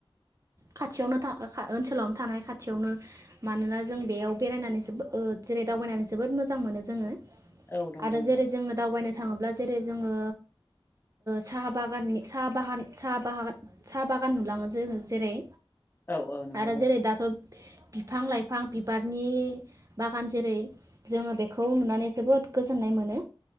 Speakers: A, on the right (about 35°); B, on the left (about 25°).
A: खाथियावनो था ओनसोलावनो थानाय खाथियावनो मानोना जों बेयाव बेरायनानै जो जेरै दावबायनानै जोबोद मोजां मोनो जोङो
B: औ नंगौ
A: आरो
B: नोंथां
A: जेरै जोङो दावबायनो थाङोब्ला जेरै जोङो साहा बागाननि सा बागान सा ब साहा बागान नुलाङो जोङो जेरै
B: औ औ नंगौ
A: आरो
B: नोंथां
A: जेरै दाथ' बिफां लाइफां बिबारनि बागान जेरै जोङो बेखौ नुनानै जोबोद गोजोननाय मोनो